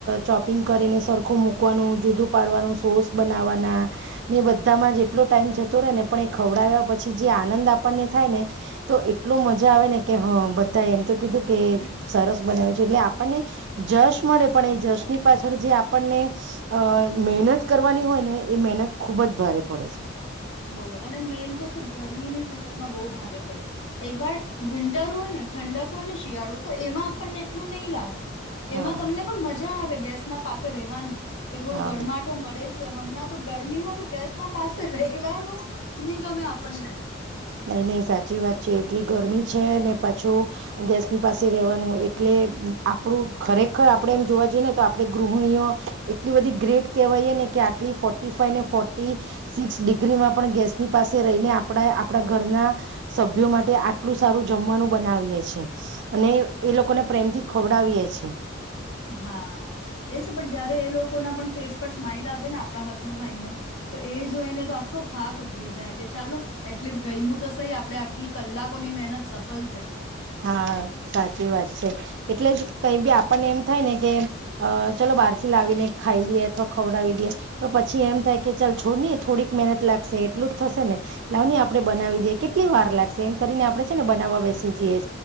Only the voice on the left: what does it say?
બો અને મેન તો શું ગરમીની સિઝનમાં બહુ ભારે પડે, એકવાર વિન્ટર હોય ને ઠંડક હોય ને શિયાળો તો એમાં આપણને એટલું નહીં લાગે. એમાં
તમને પણ મજા આવે ગેસ ના પાસે રહેેવાની કે થોડું
ગરમાટો મળે જ હમણાં તો ગરમી માં બી તો ગેસ ના પાસે રહી રેવાનું ની ગમે આપણને.
હા! એ છે પણ જયારે એ લોકો ના પણ ફેસ પર સ્માઈલ આવે ને આપણા હા નું ખાઈને. તો એ જોઈને તો આખો થાક ઉતરી જાય કે ચાલો એટલીસ્ટ ગયમું તો સઈ આપડે આટલી કલાકોની મહેનત સફલ થઈ.